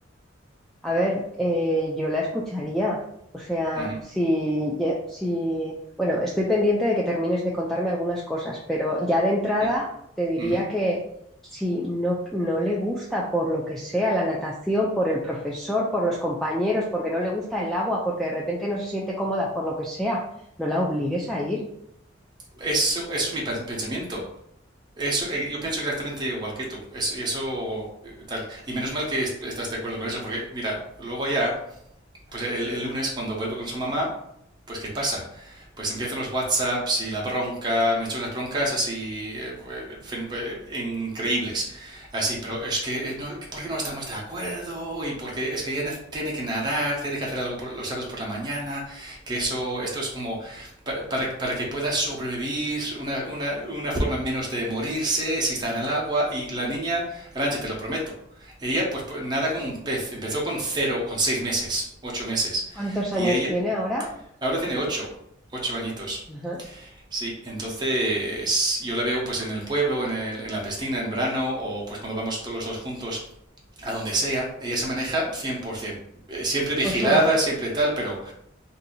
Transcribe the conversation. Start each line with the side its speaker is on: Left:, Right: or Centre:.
Centre: A ver, eh, yo la escucharía. O sea,
Right: Ujú,
Centre: si, ya- si, bueno, estoy pendiente de que termines de contarme algunas cosas, pero ya de entrada
Right: ujú,
Centre: te diría
Right: ujú.
Centre: que si no, no le gusta por lo que sea la natación, por el profesor, por los compañeros, porque no le gusta el agua, porque de repente no se siente cómoda, por lo que sea, no la obligues a ir.
Right: Eso, eso es mi pen- pensamiento. Eso, eh, yo pienso exactamente igual que tú. Es- y eso, eh, tal. Y menos mal que est- estás de acuerdo con eso, porque mira, luego ya pues el, el lunes cuando vuelvo con su mamá, pues ¿qué pasa? Pues empiezan los WhatsApps y la bronca, me he hecho unas broncas así eh, eh, increíbles. Así, pero es que, eh, no, ¿por qué no estamos de acuerdo? Y porque es que ella tiene que nadar, tiene que hacer algo por- los sábados por la mañana, que eso, esto es como pa- para, para que pueda sobrevivir, una, una, una forma menos de morirse si está en el agua. Y la niña, Ranche, te lo prometo, ella, pues, pues, nada como un pez. Empezó con cero, con seis meses, ocho meses.
Centre: ¿Cuántos años
Right: Y ella
Centre: tiene ahora?
Right: ahora tiene ocho, ocho añitos.
Centre: Ajá.
Right: Sí, entonces yo la veo pues en el pueblo, en el- en la piscina, en verano, o pues cuando vamos todos los dos juntos a donde sea. Ella se maneja 100%. Eh, Siempre vigilada,
Centre: O sea,
Right: siempre tal, pero...